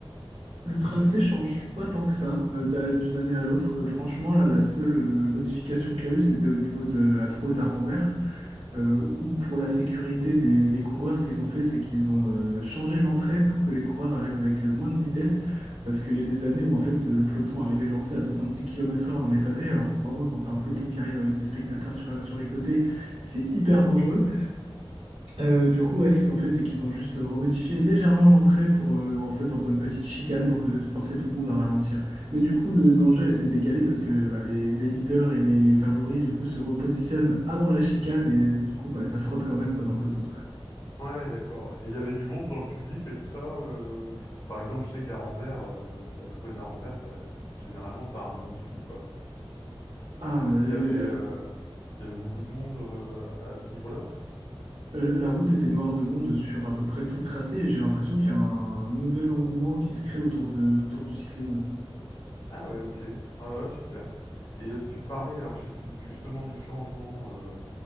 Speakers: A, on the right; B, on the left.
A: Le tracé
B: je sais pas.
A: change pas tant que ça euh, d'a- d'une année à l'autre. Euh, franchement, là, la seule euh, modification qu'il y a eu, c'était au niveau de la Trau et d'Arambert, euh, où pour la sécurité des, des coureurs, ce qu'ils ont fait, c'est qu'ils ont euh, changé l'entrée pour que les coureurs arrivent avec euh, moins de vitesse, parce qu'il y a des années où en fait le peloton arrivait lancé à 70 km/h dans les pavés. Alors crois-moi, quand tu as un peloton qui arrive avec des spectateurs sur, sur les côtés, c'est hyper dangereux. Euh, du coup, ouais, ce qu'ils ont fait, c'est qu'ils ont juste euh, remodifié légèrement l'entrée pour, euh, en fait, en faisant une petite chicane pour que forcer tout le monde à ralentir. Mais du coup, le danger a été décalé parce que bah, les, les leaders et les favoris, du coup, se repositionnent avant la chicane et du coup, bah, ça frotte quand même quoi, dans le peloton.
B: Ouais, d'accord. Et il y avait du monde dans le public et tout ça. euh, par exemple, je sais qu'à Rambert, euh, la trouée d'Arambert, t'as- généralement, t'as un monde fou, quoi.
A: Ah, mais
B: Est-ce qu'il
A: les-
B: y avait, euh,
A: la,
B: il y avait beaucoup de monde euh, à ce niveau-là?
A: euh, la route était noire de monde sur à peu près tout le tracé et j'ai l'impression qu'il y a un nouvel engouement qui se crée autour de, autour du cyclisme.
B: Ah ouais, OK. Ouais, ouais, super et heu, tu parlais alors je sais plus, justement du changement, heu,